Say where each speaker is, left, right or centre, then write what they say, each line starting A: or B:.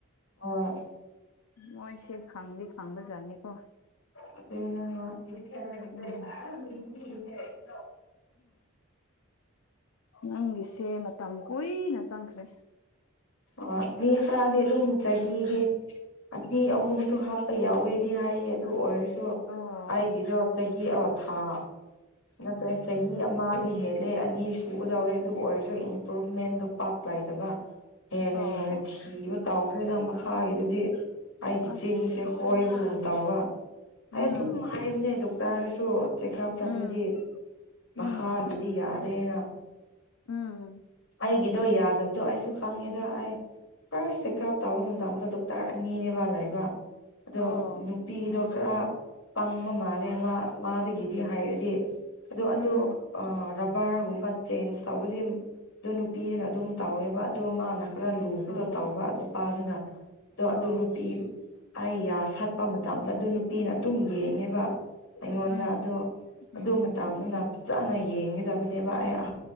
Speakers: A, on the left (about 70°); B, on the left (about 85°).
A: ꯑꯥ
B: ꯃꯣꯏꯁꯦ ꯈꯪꯗꯤ ꯈꯪꯕꯖꯥꯠꯅꯤꯀꯣ
A: ꯑ ꯍ
B: ꯎꯝ ꯅꯪꯒꯤꯁꯦ ꯃꯇꯝ ꯀꯨꯏꯅ ꯆꯪꯈ꯭ꯔꯦ
A: ꯑꯣ ꯃꯤ ꯈꯔꯥꯗꯤ ꯑꯗꯨꯝ ꯆꯍꯤꯒꯤ ꯑꯅꯤ ꯑꯍꯨꯝꯁꯨ ꯍꯥꯞꯄ ꯌꯥꯎꯋꯦꯗꯤ ꯍꯥꯏꯌꯦ ꯑꯗꯨ ꯑꯣꯏꯔꯁꯨ
B: ꯑꯣ
A: ꯑꯩꯒꯤꯗꯣ ꯆꯍꯤ ꯑꯃ ꯊꯥ ꯅꯠꯇ꯭ꯔꯦ ꯆꯍꯤ ꯑꯃ ꯍꯦꯜꯂꯦ ꯑꯅꯤ ꯁꯨꯒꯗꯧꯔꯦ ꯑꯗꯨ ꯑꯣꯏꯔꯁꯨ ꯏꯝꯄ꯭ꯔꯨꯚꯃꯦꯟꯗꯨ ꯄꯥꯛ ꯂꯩꯥꯏꯗꯕ ꯍꯦꯟꯅ
B: ꯑꯣ
A: ꯍꯦꯟꯅ ꯊꯤꯕ ꯇꯥꯎꯈ꯭ꯔꯦꯗ ꯃꯈꯥꯒꯤꯗꯨꯗꯤ ꯑꯩꯒꯤ
B: ꯑꯁ
A: ꯆꯤꯟꯁꯦ ꯍꯣꯏꯕꯒꯨꯝ ꯇꯕ ꯑꯩ
B: ꯎꯝ
A: ꯑꯗꯨꯝ ꯍꯥꯏꯕꯅꯦꯗ ꯆꯥꯔꯁꯨ ꯆꯦꯛꯑꯞ ꯆꯠꯂꯗꯤ
B: ꯎꯝ
A: ꯃꯈꯥꯒꯤꯗꯤ
B: ꯎꯝ
A: ꯌꯥꯗꯦꯅ
B: ꯎꯝ
A: ꯑꯩꯒꯤꯗꯣ ꯌꯥꯗꯕꯗꯣ ꯑꯩꯁꯨ ꯈꯪꯉꯦꯗ ꯑꯦꯔ ꯇꯧꯕ ꯃꯇꯝꯗ ꯗꯣꯛꯇꯔ ꯑꯅꯤꯅꯦꯕ ꯂꯥꯏꯕ ꯑꯗꯣ
B: ꯑꯣ
A: ꯅꯨꯄꯤꯗꯣ ꯈꯔ ꯄꯪꯕ ꯃꯥꯜꯂꯦ ꯃꯥ ꯃꯥꯗꯒꯤꯗꯤ ꯍꯥꯏꯔꯗꯤ ꯑꯣ ꯑꯗꯨ
B: ꯎꯝ
A: ꯔꯕꯔꯒꯨꯝꯕ ꯆꯦꯟꯁ ꯇꯧꯕꯗꯤ ꯑꯗꯨ ꯅꯨꯄꯤꯗꯨꯅ ꯑꯗꯨꯝ ꯇꯧꯋꯦꯕ ꯑꯗꯣ ꯃꯥꯅ ꯈꯔ ꯂꯨꯕꯗꯣ
B: ꯑꯣ
A: ꯇꯧꯕ ꯅꯨꯄꯥꯗꯨꯅ
B: ꯑꯣ
A: ꯑꯗꯣ ꯅꯨꯄꯤ ꯑꯩ ꯌꯥ ꯁꯥꯠꯄ ꯃꯇꯝꯗ ꯑꯗꯨ ꯅꯨꯄꯤꯅ ꯑꯗꯨꯝ ꯌꯦꯡꯉꯦꯕ ꯑꯩꯉꯣꯟꯗ
B: ꯎꯝ
A: ꯑꯗꯨ
B: ꯎꯝ
A: ꯑꯗꯨ ꯃꯇꯝꯗꯨꯅ ꯐꯖꯅ ꯌꯦꯡꯒꯗꯕꯅꯦꯕ ꯑꯩ